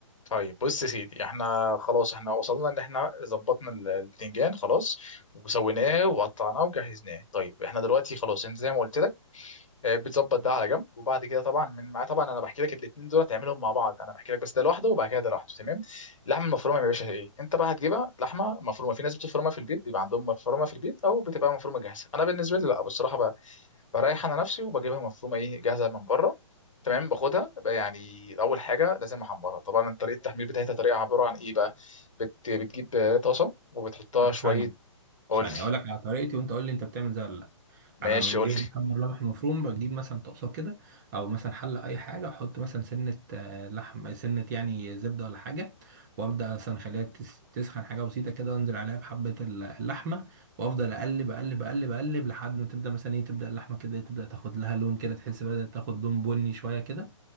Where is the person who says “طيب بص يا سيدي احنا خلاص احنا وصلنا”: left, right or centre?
Left